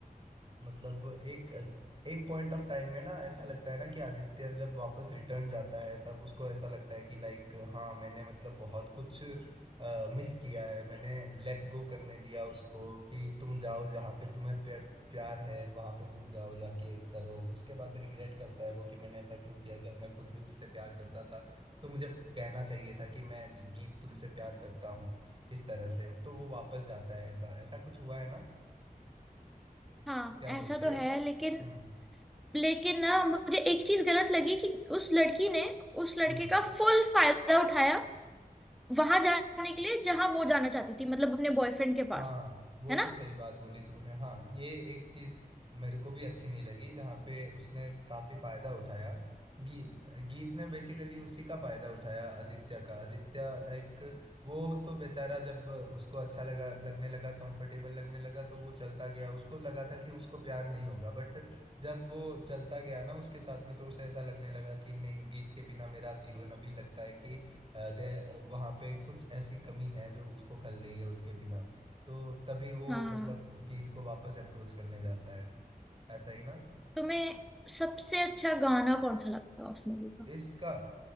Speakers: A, on the right; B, in the centre.
A: मतलब एक एक पॉइंट ऑफ टाइम में ना ऐसा लगता है ना कि आदित्य जब वापस रिटर्न जाता है तब उसको ऐसा लगता है कि लाइक हाँ मैंने मतलब बहुत कुछ मिस किया है मैंने लेट गो करने दिया उसको कि तुम जाओ जहाँ पे तुम्हें प्यार है वहां पे तुम जाओ जाके करो उसके बाद रिग्रेट करता है वो कि मैंने ऐसा क्यों किया जब मैं खुद भी उससे प्यार करता था तो मुझे कहना चाहिए था कि मैं जिंदगी तुमसे प्यार करता हूँ इस तरह से तो वो वापस जाता है ऐसा ऐसा कुछ हुआ है ना
B: <laughs> हाँ
A: क्या बोलते
B: ऐसा तो
A: हो
B: है लेकिन
A: हम्म
B: लेकिन ना मुझे एक चीज गलत लगी कि उस लड़की ने उस लड़के
A: हम्म
B: का फुल फायदा उठाया वहां जाने के लिए जहां वो जाना चाहती थी मतलब अपने बॉयफ्रेंड के
A: हाँ
B: पास
A: वो
B: है
A: तो
B: ना
A: सही बात बोली तुमने हाँ ये एक चीज मेरे को भी अच्छी नहीं लगी जहाँ पे उसने काफी फायदा उठाया गीत गीत ने बेसिकली उसी का फायदा उठाया आदित्य का आदित्य लाइक वो तो बेचारा जब उसको अच्छा लगा लगने लगा कंफर्टेबल लगने लगा तो वो चलता गया उसको लगा था कि उसको प्यार नहीं होगा बट जब वो चलता गया ना उसके साथ में तो उसे ऐसा लगने लगा कि नहीं गीत के बिना मेरा जीवन अभी लगता है कि अ, दे- वहाँ पे कुछ ऐसी कमी है जो उसको खल रही है उसके बिना तो तभी वो
B: हाँ
A: मतलब गीत को वापस अप्रोच करने जाता है ऐसा ही ना
B: तुम्हें सबसे अच्छा गाना कौन सा लगा उस मूवी का
A: इसका